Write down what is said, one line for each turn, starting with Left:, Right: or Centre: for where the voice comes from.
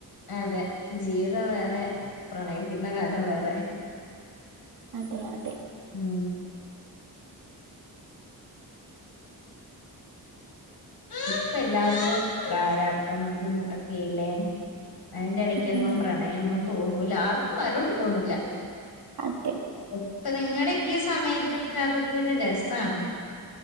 Left: അതെ ജീവിതം വേറെ പ്രണയിക്കുന്ന കാലം വേറെ
Right: അതെ അതെ
Left: ഉം ഇപ്പ എല്ലാർക്കും പ്രാരാബ്ദം ബുദ്ധിമുട്ടൊക്കെ അല്ലേ അയിന്റെ എടയ്ക്കൊന്നും
Right: ഉം
Left: പ്രണയൊന്നും തോന്നൂല്ല ആർക്കും ആരോടും തോന്നുല്ല
Right: അതെ
Left: ഇപ്പൊ നിങ്ങളടെക്കെ ഈ സമയത്തൊക്കെ അതൊക്കെ ഒരു രസാണ്